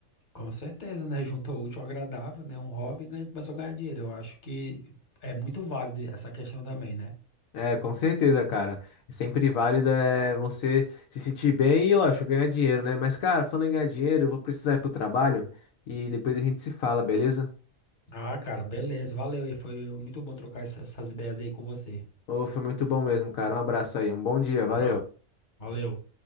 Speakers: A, on the left; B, on the left.
A: com certeza, né? Juntou o útil ao agradável, né? Um hobby, né? Começou a ganhar dinheiro. Eu acho que é muito válido essa questão também, né?
B: É, com certeza, cara. É Sempre válido é você se sentir bem e, lógico, ganhar dinheiro, né? Mas, cara, falando em ganhar dinheiro, eu vou precisar ir pro trabalho e depois a gente se fala, beleza?
A: Ah, cara, beleza, valeu aí. Foi muito bom trocar essa- essas ideias aí com você.
B: Ô, foi muito bom mesmo, cara. Um abraço aí, um bom dia, valeu.
A: Bra- Valeu.